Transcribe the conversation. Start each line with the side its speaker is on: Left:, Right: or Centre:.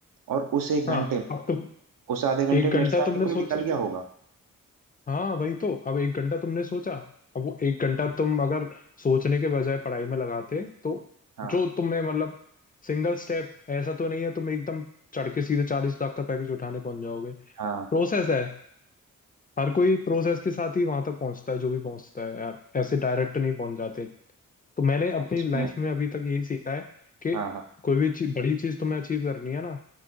Right: और उस एक
Left: हाँ
Right: घंटे में
Left: अब तुम
Right: उस आधे घंटे
Left: एक
Right: में मेरे
Left: घंटा
Right: से आगे
Left: तुमने
Right: कोई निकल
Left: सोच
Right: गया होगा
Left: हाँ वही तो अब एक घंटा तुमने सोचा अब वो एक घंटा तुम अगर सोचने के बजाय पढ़ाई में लगाते तो
Right: हाँ
Left: जो तुम्हें मतलब सिंगल स्टेप ऐसा तो नहीं है तुम एकदम चढ़ के सीधे चालीस लाख का पैकेज उठाने पहुंच जाओगे
Right: हाँ
Left: प्रोसेस है हर कोई प्रोसेस के साथ ही वहां तक पहुंचता है जो भी पहुंचता है यार ऐसे डायरेक्ट नहीं पहुंच जाते तो मैंने अपनी
Right: इसमें
Left: लाइफ में अभी तक यही सीखा है कि
Right: हाँ हाँ
Left: कोई भी चीज बड़ी चीज तुम्हें अचीव करनी है ना